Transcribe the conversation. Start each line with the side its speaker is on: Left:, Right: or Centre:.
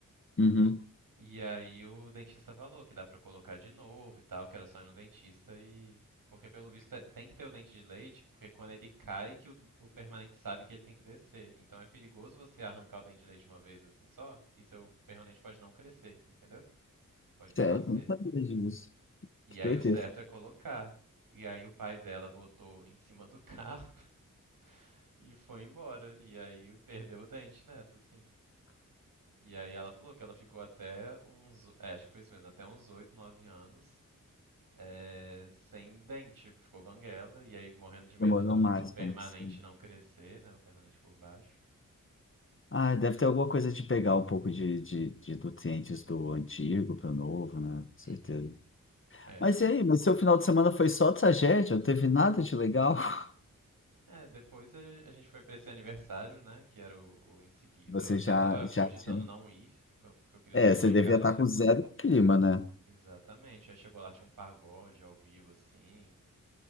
Left: Uhum.
Right: E aí o dentista falou que dá pra colocar de novo e tal, que era só ir no dentista e. Porque pelo visto é- tem que ter o dente de leite, porque quando ele cai que o, o permanente sabe que ele tem que descer. Então é perigoso você arrancar o dente de leite uma vez assim só, e seu permanente pode não crescer, entendeu? Pode não
Left: Sério,
Right: nascer.
Left: não sabia disso.
Right: E
Left: Que
Right: aí
Left: doideira.
Right: o certo é colocar. E aí o pai dela botou em cima do carro <laughs> e foi embora. E aí perdeu o dente nessa, assim. E aí ela falou que ela ficou até uns, é, acho que foi isso mesmo, até uns oito, nove anos É, sem dente, ficou banguela, e aí morrendo de medo
Left: Demorou
Right: do, do
Left: mais
Right: permanente
Left: pra acontecer.
Right: não crescer, né? O permanente por baixo.
Left: Ah, deve ter alguma coisa de pegar um pouco de, de, de nutrientes do antigo para o novo, né? Com certeza.
Right: Uhum. É,
Left: Mas
Right: não s-
Left: e aí? Mas seu final de semana foi só tragédia? Não teve nada de legal? <laughs>
Right: é, depois a a gente foi pra esse aniversário, né? Que era o, o em seguida.
Left: Você
Right: Eu até
Left: já,
Right: tava
Left: já
Right: cogitando
Left: tinha.
Right: não ir, po- porque eu queria
Left: É,
Right: só ficar
Left: você
Right: em
Left: devia
Right: casa.
Left: estar com zero clima, né?
Right: Exatamente. Aí chegou lá, tinha um pagode ao vivo, assim,